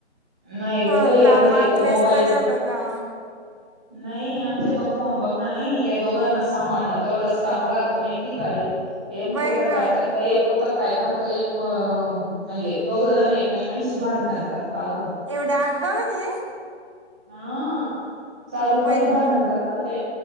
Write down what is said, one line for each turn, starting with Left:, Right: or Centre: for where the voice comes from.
Centre: नाही ग
Right: ो
Centre: बाई आमच्या
Right: कामात
Centre: इथ मोबाईल
Right: व्यस्त झालं का
Centre: नाही आमचे तर फोन बघणार नाही या दोघांना सांभाळणार तेवढंच काम राहतं माहिती काय एक
Right: बाई
Centre: पुुट
Right: ग
Centre: काय करत एक पुट काय खरत एक म्हणजे दोघ जण एकमेकांशी भांडण करत अजून
Right: एवढ्या अगगावत हे
Centre: हा चालू
Right: बाई
Centre: चालू भाडण करत ते